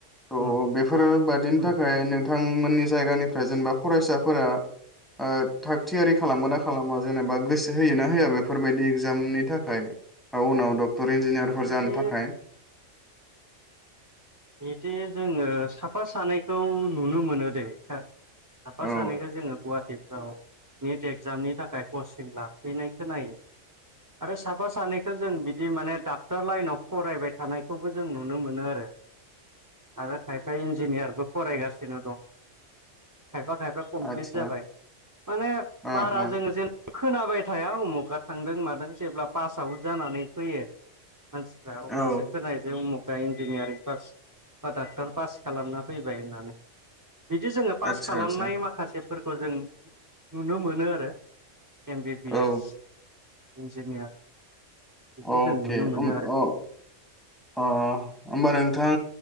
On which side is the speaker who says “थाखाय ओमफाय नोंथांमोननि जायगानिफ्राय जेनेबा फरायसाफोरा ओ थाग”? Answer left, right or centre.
Centre